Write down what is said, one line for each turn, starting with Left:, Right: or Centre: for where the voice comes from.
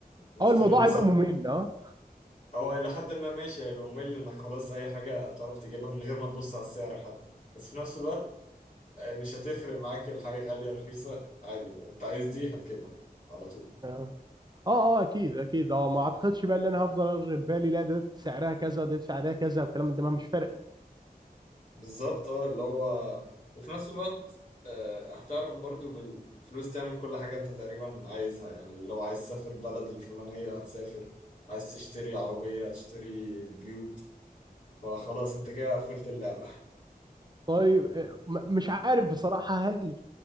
Left: نفترض
Right: اه الموضوع
Left: مثلا
Right: هيبقى ممل اه
Left: هو إلى حد ما ماشي هيبقى ممل إنك خلاص أي حاجة تعرف تجيبها من غير ما تبص على السعر حتى بس في نفس الوقت آه، مش هتفرق معاك الحاجة غالية رخيصة عادي أنت عايز دي هتجيبها على طول
Right: آه. اه اه اكيد اكيد اه ما اعتقدش بقى ان انا هفضل ارجع في بالي لا ده سعرها كذا وده سعرها كذا والكلام من ده ما مش فارق
Left: بالظبط اه اللي هو وفي نفس الوقت آه، هتعرف برضو بالفلوس تعمل كل حاجة انت تقريبا عايزها يعني لو عايز تسافر بلد الفلانية هتسافر عايز تشتري عربية هتشتري بيوت فخلاص انت كده قفلت اللعبة
Right: طيب آه، م- مش عارف بصراحه هل